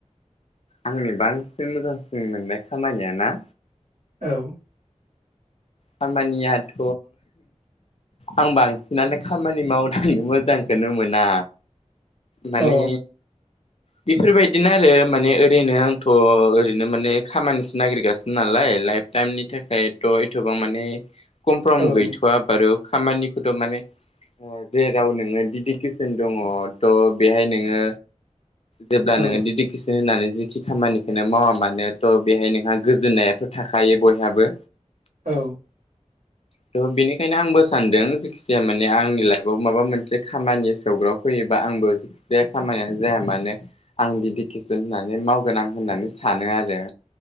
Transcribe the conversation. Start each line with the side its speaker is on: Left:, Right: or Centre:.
Left: आंनि बांसिन मोजांसिन मोननाय खामानिया ना
Right: औ
Left: खामानियाथ' आं बांसिनानो खामानि मावनानै मोजांखोनो मोना माने
Right: औ
Left: बेफोरबायदिनो आरो माने ओरैनो आंथ' ओरैनो माने खामानिसो नागिरगासिनो नालाय लाइफ टाइमनि थाखायथ' थबां माने कमफ्रम
Right: औ
Left: गैथ'वा बारु खामानिखौथ' माने जेराव नोङो दिदिकेसन दङ थ' बेहाय नोङो जेब्ला
Right: औ
Left: नोङो दिदि किसिन होननानै ज खि खामानिखौनो मावा मानो थ' बेहाय नोंहा गोजोननायाथ' थाखायो बयहाबो।
Right: औ
Left: थ बेनिखायनो आंबो सानदों जेखि जाया माने आंनि लाइफआव माबा मोनसे खामानि सौग्राव फैयोबा आंबो जेखिजाया खामानियानो जाया मानो आं <unintelligible> होननानै मावगोन आं होननानै सानो आरो।